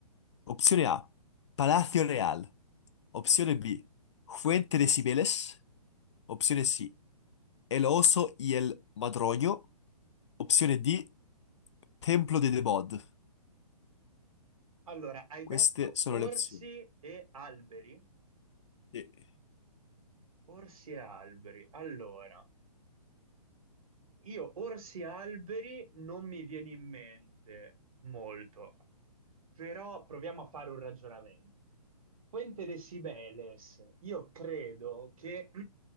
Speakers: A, on the left (about 45°); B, on the right (about 60°).
A: Opzione A, Palacio Real. Opzione B, Fuente de Sibeles. Opzione C, El Oso y el Madroño. Opzione D, Templo de Debod.
B: Allora, hai
A: Queste
B: detto
A: sono
B: orsi
A: le opzioni.
B: e alberi?
A: Sì.
B: Orsi e alberi. Allora. Io orsi e alberi non mi viene in mente molto, però proviamo a fare un ragionamento. Fuente de Sibeles, io credo che <clears throat>